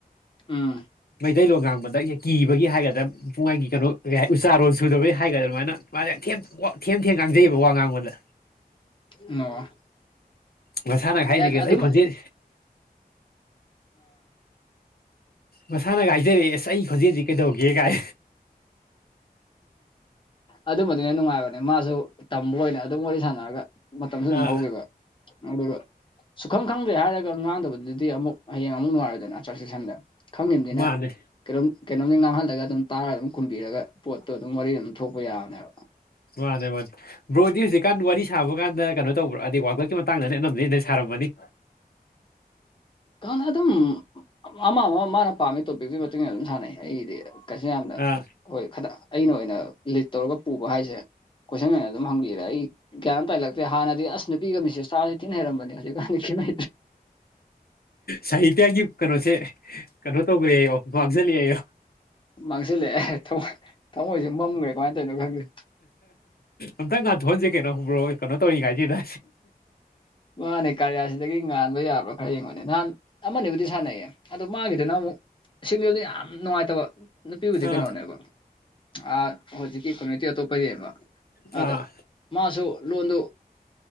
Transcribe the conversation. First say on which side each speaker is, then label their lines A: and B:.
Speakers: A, on the left (about 30°); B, on the left (about 75°).
A: ꯎꯝ
B: ꯃꯩꯇꯩꯂꯣꯟ ꯉꯥꯡꯕꯗ ꯀꯤꯕꯒꯤ ꯍꯥꯏꯒꯗ꯭ꯔꯥ ꯄꯨꯡꯉꯒꯤ ꯀꯩꯅꯣ ꯀ ꯎ ꯆꯥꯔꯣꯟꯜ ꯁꯨꯗꯕꯒꯤ ꯍꯥꯏꯒꯗꯥꯃꯥꯏꯅ ꯃꯥꯅꯦ ꯊꯦꯝ ꯊꯦꯝ ꯊꯦꯝ ꯉꯥꯡꯖꯩꯑꯕ ꯋꯥ ꯉꯥꯡꯕꯗ
A: ꯑꯝ
B: ꯃꯁꯥꯅꯒ
A: ꯌꯥ
B: ꯍꯥꯏꯅꯤ ꯀꯩꯅꯣ
A: ꯑꯗꯨꯝ
B: ꯑꯩ ꯈꯣꯟꯖꯦꯜ
A: ꯑ
B: ꯃꯁꯥꯅꯒ ꯍꯥꯏꯖꯔꯛꯑꯦ ꯑꯁ ꯑꯩ ꯈꯣꯟꯖꯦꯜꯁꯤ ꯀꯩꯗꯧꯒꯦ ꯀꯥꯏ
A: ꯑꯗꯨꯃꯗꯨꯅ ꯅꯨꯡꯉꯥꯏꯕꯅꯦ ꯃꯥꯁꯨ ꯇꯝꯕ ꯑꯣꯏꯅ ꯑꯗꯨꯝ ꯋꯥꯔꯤꯗꯤ ꯁꯥꯟꯅꯔꯒ ꯃꯁꯤ
B: ꯑꯥ
A: ꯍꯒꯦꯕ ꯑꯗꯨꯒ ꯁꯨꯈꯪ ꯈꯪꯗ꯭ꯔꯦ ꯍꯥꯏꯔꯒ ꯉꯥꯡꯗꯕꯗꯨꯗꯤ ꯑꯃꯨꯛ ꯍꯌꯦꯡ ꯑꯃꯨꯛ ꯅꯨꯡꯉꯥꯏꯔꯣꯏꯗꯅ ꯆꯥꯛ ꯆꯦꯛꯁꯟꯗꯅ ꯈꯪꯉꯕꯅꯤꯅ
B: ꯃꯥꯅꯦ
A: ꯀꯩꯅꯣꯝ ꯀꯩꯅꯣꯝꯗ ꯉꯥꯡꯍꯜꯂꯒ ꯑꯗꯨꯝ ꯇꯥꯔ ꯑꯗꯨꯝ ꯈꯨꯝꯕꯤꯔꯒ ꯄꯣꯠꯇꯣ ꯑꯗꯨꯝ ꯋꯥꯔꯤ ꯑꯗꯨꯝ ꯊꯣꯛꯄ ꯌꯥꯕꯅꯦꯕ
B: ꯃꯥꯅꯦ ꯃꯥꯅꯦ ꯕ꯭ꯔꯣꯗꯤ ꯍꯧꯖꯤꯛꯀꯥꯟ ꯋꯥꯔꯤ ꯁꯥꯕ ꯀꯥꯟꯗ ꯀꯩꯅꯣ ꯇꯧꯕ꯭ꯔꯥ ꯑꯗꯗꯤ ꯋꯥꯋꯀꯠꯀꯤ ꯃꯇꯥꯡꯗꯅ ꯑꯅꯝꯅꯦꯅ ꯁꯥꯔꯝꯕ ꯃꯅꯤ
A: ꯀꯅ ꯑꯗꯨꯝ ꯑꯃ ꯑꯃ ꯃꯥꯅ ꯄꯥꯝꯃꯤ ꯇꯣꯄꯤꯛꯨꯒꯤ ꯃꯇꯨꯡꯟꯅ ꯑꯗꯨꯝ ꯁꯥꯟꯅꯩ ꯑꯩꯗꯤ ꯀꯩꯁꯨ ꯌꯥꯝꯅ
B: ꯑꯥ
A: ꯍꯣꯏ ꯈꯇ ꯑꯩꯅ ꯑꯣꯏꯅ ꯂꯤꯠ ꯇꯧꯔꯒ ꯄꯨꯕ ꯍꯥꯏꯁꯦ ꯀꯣꯏꯁꯟ ꯑꯣꯏꯅ ꯑꯗꯨꯝ ꯍꯪꯕꯤꯔꯦ ꯑꯩ ꯒ꯭ꯌꯥꯟ ꯇꯥꯏꯂꯛꯇꯦ ꯍꯥꯟꯅꯗꯤ ꯑꯁ ꯅꯨꯄꯤꯒ ꯃꯤꯁꯦ ꯆꯇꯥꯔꯁꯤꯦ ꯇꯤꯟ ꯍꯩꯔꯝꯕꯅꯦ ꯍꯧꯖꯤꯛꯀꯥꯟꯗꯤ ꯍꯥꯏ
B: ꯁꯥꯍꯤꯇ꯭ꯌꯒꯤ ꯀꯩꯅꯣꯁꯦ ꯀꯩꯅꯣ ꯇꯧꯈ꯭ꯔꯦ ꯑꯩꯌꯣ ꯃꯥꯡꯁꯤꯜꯂꯛꯑꯦ ꯑꯩꯌꯣ
A: ꯃꯥꯡꯁꯤꯜꯂꯦ ꯑꯦ ꯊꯃꯣꯏ ꯊꯃꯣꯏꯁꯨꯦ ꯃꯝꯈ꯭ꯔꯦ ꯀꯃꯥꯏꯅ ꯇꯧꯅꯣ ꯈꯪꯗꯦ
B: ꯑꯝꯇꯪ ꯉꯥꯟꯊꯣꯛꯟꯁꯦ ꯀꯩꯅꯣꯨꯝꯕ꯭ꯔꯣ ꯀꯩꯅꯣ ꯇꯧꯔꯤꯉꯥꯏꯁꯤꯦꯗ
A: ꯃꯥꯅꯦ ꯀꯥꯔꯤꯌꯥꯁꯤꯗꯒꯤ ꯉꯥꯟꯕ ꯌꯥꯕ꯭ꯔꯥ ꯈꯔ ꯌꯦꯡꯕꯅꯦ ꯅꯍꯥꯟ ꯑꯃꯅꯤꯕꯨꯗꯤ ꯁꯥꯟꯅꯩꯌꯦ ꯑꯗꯣ ꯃꯥꯒꯤꯗꯨꯅ ꯑꯃꯨꯛ ꯁꯤꯃꯤꯜꯗꯤ ꯌꯥꯝ ꯅꯨꯡꯉꯥꯏꯇꯕ ꯅꯨꯄꯤꯕꯨꯗꯤ
B: ꯑꯥ
A: ꯀꯩꯅꯣꯅꯦꯕ ꯑ ꯍꯧꯖꯤꯛ ꯀꯃꯨꯅꯤꯇꯤ ꯑꯇꯣꯞꯄꯗꯤꯕ
B: ꯑꯥ
A: ꯑꯗ ꯃꯥꯁꯨ ꯂꯣꯟꯗꯨ